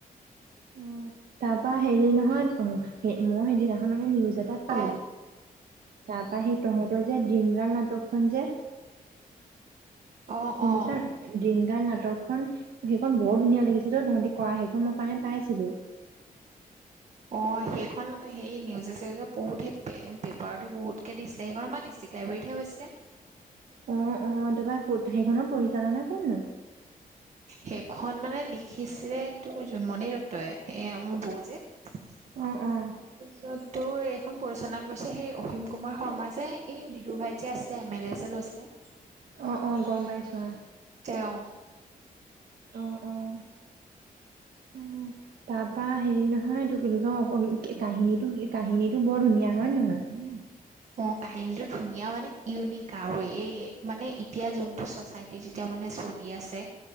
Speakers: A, on the right; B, on the right.
A: অ তাৰপা হেৰি নহয় অ স মই সেইদিনা ভানুমে নিওজ এটাত পালোঁ।
B: ক?
A: তাৰপা সি তহঁতৰ যে ড্ৰিমৰ্গাল নাটক। খন যে।
B: অ',
A: শুনিছান
B: অ',
A: ড্ৰিমগাল নাটক- সোণ ভে বৰ ধুনীয়া লাগিছিল, তহঁতি কৰা সেইখন মই পাই পাইছিলো।
B: অ সেইখন সেই, নিউজে চিউজে বহুত সেই পেপাৰত বহুতকে দিছিলে, সেইখন আমাৰ ডিষ্ট্ৰিক্ট লাইব্ৰেৰীতহে হৈছিলে।
A: অ অ তাৰপৰা, কত সেইখনৰ পৰিচালনা কোননো?
B: সেইখন মানে লিখিছিলে তোৰ জোনমণি দত্তই এয়া মোৰ বৌ যে। তাৰপিছত
A: অ অ
B: - তোৰ এইখন পৰিচালনা কৰিছে সেই অসীম কুমাৰ শৰ্মা যে, এই বিদুৰ ভাইত যে আছিলে এম এল এ যে লৈছিলে
A: আহ অ গম পাইছোৱা।
B: তেওঁ
A: অ' অ' অ তাৰপা হেৰি নহয় এইটো কি বুলি কয় কাহিনীটো কাহিনীটো বৰ ধুনীয়া, হয় নহয়?
B: অ কাহিনীটো ধুনীয়া মানে ইউনিক আৰু এই মানে এতিয়া যোনটো চচাইটি যেতিয়া মানে চলি আছে